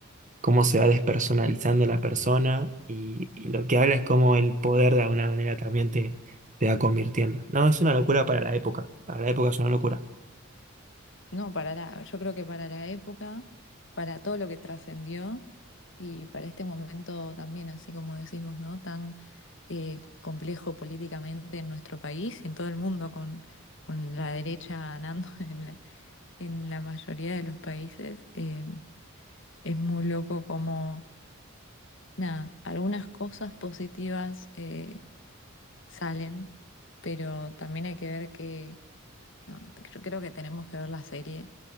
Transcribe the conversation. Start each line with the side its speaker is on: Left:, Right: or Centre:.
Right: cómo se va despersonalizando la persona y, y lo que habla es cómo el poder de alguna manera también te, te va convirtiendo. No, es una locura para la época. Para la época es una locura.
Left: No, para la, yo creo que para la época, para todo lo que trascendió y para este momento también, así como decís vos, ¿no? Tan eh, complejo políticamente en nuestro país y en todo el mundo, con, con la derecha ganando <laughs> en la, en la mayoría de los países, eh, es muy loco como, nada, algunas cosas positivas eh, salen, pero también hay que ver que no, te- creo, creo que tenemos que ver la serie